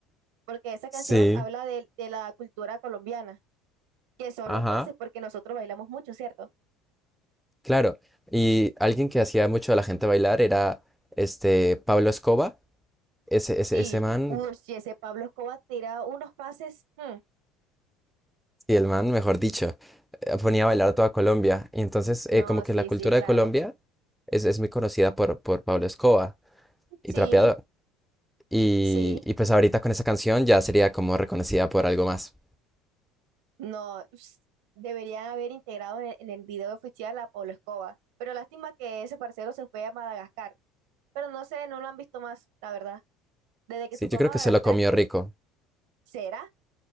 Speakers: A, on the right; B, in the centre.
A: Porque esa canción
B: Sí.
A: habla de, de la cultura colombiana, que son
B: Ajá.
A: los pases, porque nosotros bailamos mucho, ¿cierto?
B: Claro, y alguien que hacía mucho a la gente bailar era este Pablo Escoba, ese, ese,
A: Sí,
B: ese man,
A: uy, sí, ese Pablo Escobar tira unos pases. mm,
B: y el man, mejor dicho, eh, ponía a bailar a toda Colombia. Y entonces,
A: No,
B: eh, como
A: sí,
B: que la cultura
A: sí, claro.
B: de Colombia es, es muy conocida por, por Pablo Escoba y
A: Sí,
B: Trapeador. Y,
A: sí.
B: y pues ahorita con esa canción ya sería como reconocida por algo más.
A: No, ps, deberían haber integrado en el, en el video oficial a Pablo Escobar. Pero lástima que ese parcero se fue a Madagascar. Pero no sé, no lo han visto más, la verdad. Desde que
B: Sí,
A: se fue
B: yo
A: a
B: creo
A: Madagascar,
B: que se lo comió rico.
A: ¿será?